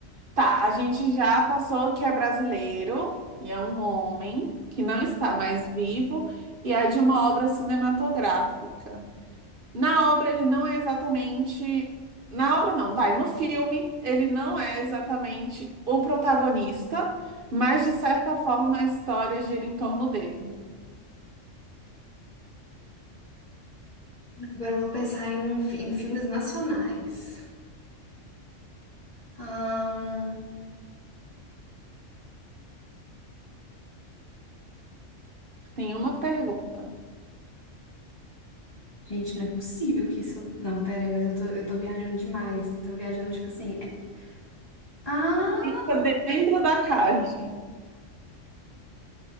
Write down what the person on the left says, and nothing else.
Agora eu vou pensar em, um fi- em filmes nacionais. Ahn,
gente, não é possível que isso. Não, pera aí, mas eu tô, eu tô viajando demais. Tô viajando, tipo assim. é- Ah!